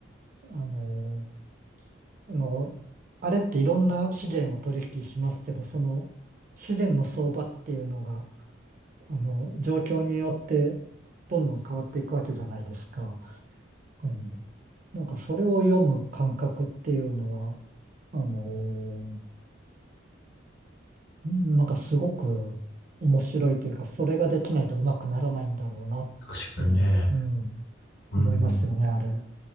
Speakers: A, on the right; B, on the left.
A: あの、あの、あれっていろんな資源を取引しますけど、その資源の相場っていうのが、あの、状況によってどんどん変わっていくわけじゃないですか。うんなんかそれを読む感覚っていうのは、あのーうん、なんかすごく面白いというか、それができないとうまくならないんだろうなって、
B: 確かにね。
A: うん、
B: うん。
A: 思いますよね、あれ。